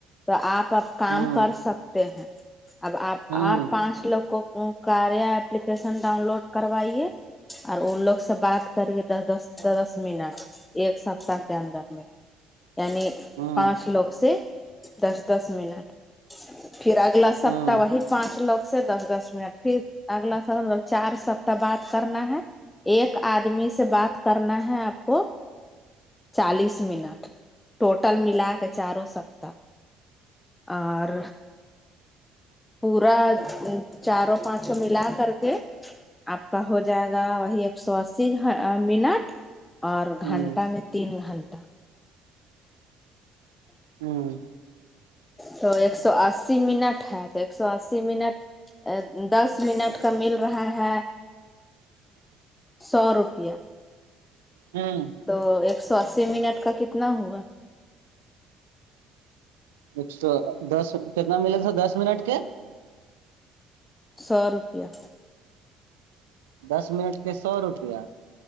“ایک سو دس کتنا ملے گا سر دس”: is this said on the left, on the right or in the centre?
Right